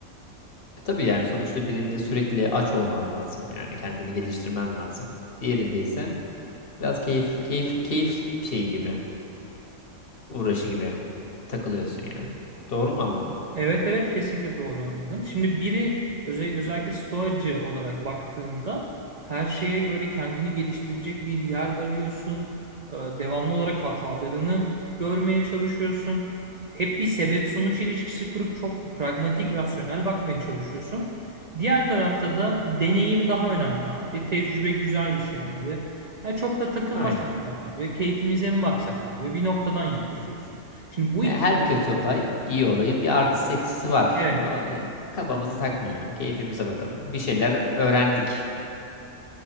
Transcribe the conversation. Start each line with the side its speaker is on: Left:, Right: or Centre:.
Left: tabii yani sonuçta birinde sürekli aç olman lazım. Yani kendini geliştirmen lazım. Diğerinde ise biraz keyif keyif keyif şeyi gibi, uğraşı gibi takılıyorsun yani. Doğru mu anladım?
Right: Evet evet kesinlikle doğru anladın. Şimdi biri özel- özellikle stoacı olarak baktığında her şeye böyle kendini geliştirecek bir yer arıyorsun. Ee, Devamlı olarak hatalarını görmeye çalışıyorsun. Hep bir sebep sonuç ilişkisi kurup çok pragmatik, rasyonel bakmaya çalışıyorsun. Diğer tarafta da deneyim daha önemli abi. Tecrübe güzel bir şey abi. Ya çok da takılmasak
Left: Aynen.
Right: mı abi? Keyfimize mi baksak abi? Bir noktadan yaklaşıyorsun. Şimdi bu
Left: E,
Right: ikisi
Left: Her kötü olay iyi olayın bir artısı eksisi var.
Right: Evet.
Left: O, e, Kafamızı takmayalım, keyfimize bakalım. Bir şeyler öğrendik.